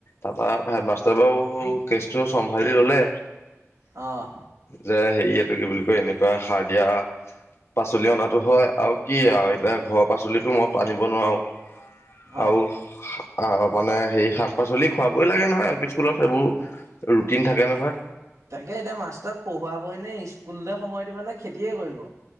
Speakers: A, on the left (about 60°); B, on the right (about 80°).
A: তাৰপৰা হেডমাষ্টাৰ বাৰু কেচটো চম্ভালি ল'লে।
B: অ,।
A: যে হেৰিয়টো কি বুলি কয় এনেকুৱা শাক যে। এতিয়া পাচলি অনাতো হয় আৰু কি আৰু এতিয়া ঘৰৰ পাচলিতো মই আনিব নোৱাৰো।
B: হয়
A: আৰু আহ', মানে সেই শাক-পাচলি খুৱাবই লাগে নহয় এল পি। স্কুলত এইবোৰ ৰুটিন থাকে নহয়।
B: তাকে এতিয়া মাষ্টৰ পঢ়োৱাবই নে স্কুলতে সময় দিব নে খেতিয়ে কৰিব।